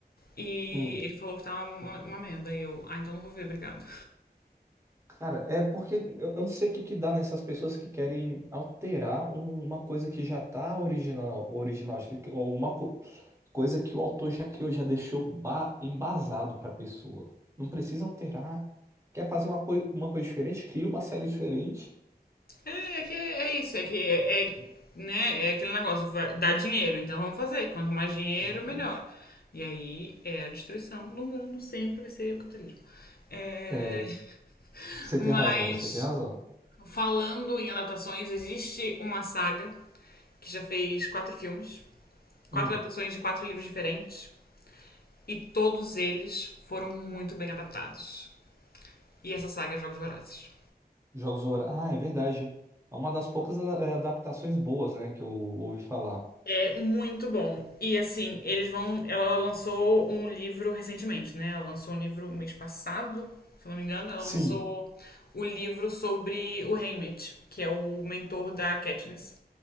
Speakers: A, on the left; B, on the right.
A: E
B: Hum.
A: ele falou que tá uma, uma merda. E eu, ah, então não vou ver, obrigado.
B: Cara, é porque eu, eu não sei o que que dá nessas pessoas que querem alterar um- uma coisa que já tá original, original, acho que- ou uma co- coisa que o autor já criou, já deixou ba- embasado pra pessoa. Não precisa alterar. Quer fazer uma, coi- uma coisa diferente? Cria uma série diferente
A: É, é que é isso, é que é, é, né, é aquele negócio, vai- dá dinheiro, então vamos fazer. Quanto mais dinheiro,
B: Exatamente.
A: melhor. E aí é a destruição no mundo, sempre vai ser o capitalismo. É,
B: É,
A: <laughs>
B: você
A: Mas
B: tem razão, você tem razão.
A: falando em adaptações, existe uma saga que já fez quatro filmes,
B: Hum,
A: quatro adaptações de quatro livros diferentes, e todos eles foram muito bem adaptados. E essa saga é Jogos Vorazes.
B: Jogos do Horácio. Ah, é verdade. É uma das poucas a- é, adaptações boas, né, que eu ouvi falar.
A: É muito bom. E assim, eles vão. Ela lançou um livro recentemente, né? Ela lançou um livro mês passado, se eu não me engano. Ela
B: Sim,
A: lançou o livro sobre o Haymitch, que é o mentor da Katniss.